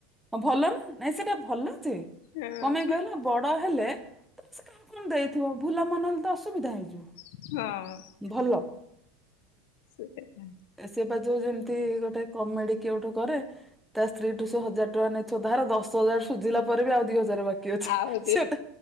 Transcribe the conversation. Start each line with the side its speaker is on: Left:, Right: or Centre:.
Centre: ହଁ ଭଲ ନା ନାଇଁ ସେଟା ଭଲ ଯେ
Left: ହଁ।
Centre: କଣପାଇଁ କହିଲ ବଡ ହେଲେ ସେ ତ କାହାକୁ କଣ ଦେଇଥିବ ଭୁଲା ମନ ହେଲେ ତ ଅସୁବିଧା ହେଇଯିବ।
Left: ହଁ।
Centre: ଭଲ।
Left: ସୁଖେ ଖା
Centre: ସେ ବା ଯୋଉ ଯେମିତି ଗୋଟେ କମେଡି କିଏ ଗୋଟେ କରେ। ତା ସ୍ତ୍ରୀ ଠୁ ସେ ହଜାର ଟଙ୍କା ନେଇଥିବ ଧାରେ ଦଶ ହଜାର ସୁଝିଲା ପରେ ବି ଆଉ ଦି ହଜାର ବାକି ଅଛି।
Left: ଆଉ
Centre: ସେଟା